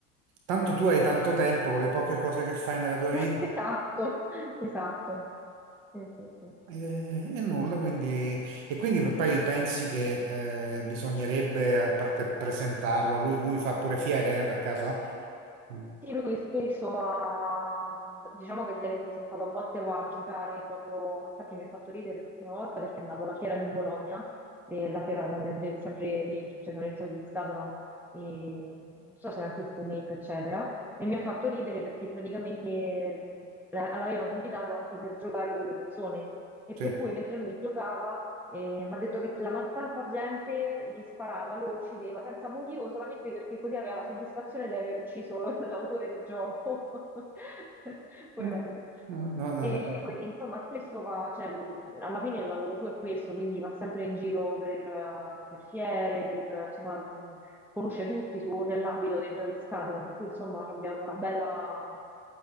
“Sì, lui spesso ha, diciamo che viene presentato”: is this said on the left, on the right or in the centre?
Centre